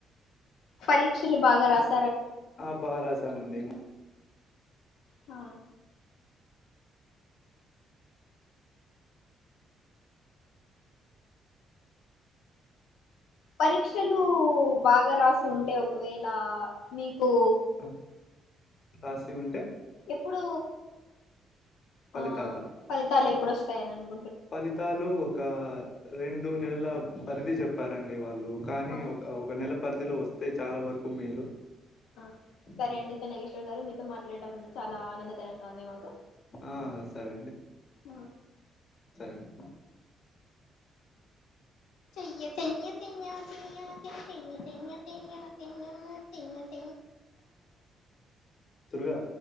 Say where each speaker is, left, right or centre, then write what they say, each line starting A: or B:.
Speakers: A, on the left; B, on the left.
A: పరీక్షలు బాగా రాస్
B: ఆ బా రాసామండి.
A: ఆ పరీక్ష క్షలు బాగా రాసి ఉంటే ఒకవేళ మీకు
B: ఆ! రాసి ఉంటే
A: ఇప్పుడు
B: ఫలితాలా
A: ఆ ఫలితాలు ఎప్పుడు వస్తాయని అనుకుం
B: ఫలితాలు ఒక రెండు నెలల పరిధి చెప్పారండి వాళ్ళు. కానీ
A: అవునా
B: ఒక ఒక నెల పరిధిలో వస్తే చాలా వరకు మేలు.
A: ఆ సరే
B: హ్మ్.
A: అండి చెన్నకేశ్వర్ గారు, మీతో మాట్లాడటం చాలా ఆనందకరంగా ఉంది. మాకు
B: ఆ సరే అండి,
A: ఆ
B: సరే అండి.
A: చెయ్య చెయ్య చెయ్య చెయ్య చాన చెయ్య చెయ్య చెయ్య చెయ్య చెయ్య
B: దుర్గా